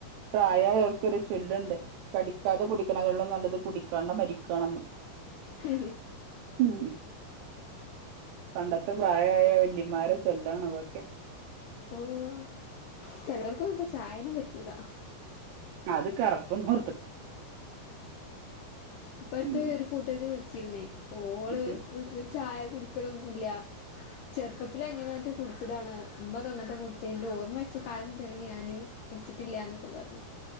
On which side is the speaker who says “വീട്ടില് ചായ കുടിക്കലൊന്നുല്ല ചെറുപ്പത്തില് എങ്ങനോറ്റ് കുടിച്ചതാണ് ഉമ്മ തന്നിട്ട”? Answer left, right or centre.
Left